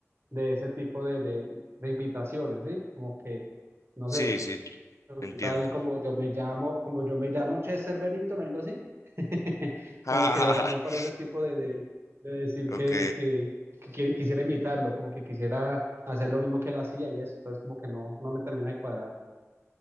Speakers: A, on the right (about 50°); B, on the left (about 80°).
A: de ese tipo de, de, de imitaciones, ¿sí? Como que, no
B: Sí,
A: sé,
B: sí, entiendo.
A: tal como yo me llamo, como yo me llamo Chester Bennington, algo así. <laughs>
B: <laughs>
A: Como que da- más para ese tipo de, de, de decir
B: Ok,
A: que, que, que quiere- quisiera imitarlo, como que quisiera hacer lo mismo que él hacía y eso. Entonces como que no, no me termina de cuadrar.